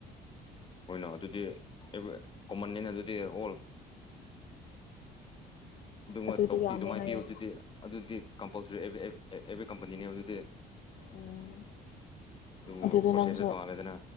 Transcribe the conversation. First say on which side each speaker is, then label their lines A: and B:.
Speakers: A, on the left; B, on the left.
A: ꯍꯣꯏꯅ ꯑꯗꯨꯗꯤ ꯑꯦꯕ ꯀꯣꯃꯟꯅꯤꯅ ꯑꯗꯨꯗꯤ ꯍꯣꯜ UNINTELLIGIBLE
B: ꯑꯗꯨꯗꯤ ꯌꯥꯝꯃꯦ ꯍꯥꯏꯌꯦ
A: ꯀꯝꯄꯜꯁꯔꯤ ꯑꯦ ꯑꯦꯕ꯭ꯔꯤ ꯀꯝꯄꯅꯤꯅꯦ ꯑꯗꯨꯗꯤ
B: ꯎꯝ
A: ꯑꯗꯨꯕꯨ
B: ꯑꯗꯨꯗꯣ
A: ꯄ꯭ꯔꯣꯁꯦꯁꯁꯨ
B: ꯅꯪꯁꯨ
A: ꯇꯣꯡꯉꯥꯜꯂꯦꯗꯅ